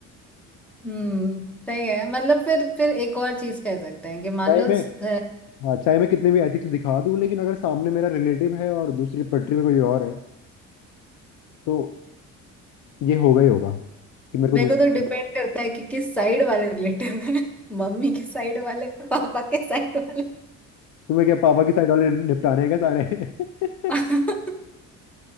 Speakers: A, in the centre; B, on the left.
A: हम्म सही है मतलब फिर फिर एक और चीज कह सकते हैं कि मान
B: चाहे
A: लो
B: मैं
A: अ,
B: हाँ चाहे मैं कितने भी एथिक्स दिखा दूं लेकिन अगर सामने मेरा रिलेटिव है और दूसरी पटरी में कोई और है तो ये होगा ही होगा कि मेरे को
A: मेरे
B: दूसरा
A: को तो डिपेंड करता है कि किस साइड वाले रिलेटिव है <laughs> मम्मी के साइड वाले पापा के साइड वाले
B: तुम्हें क्या पापा की साइड वाले निपटाने हैं क्या सारे
A: <laughs>
B: <laughs>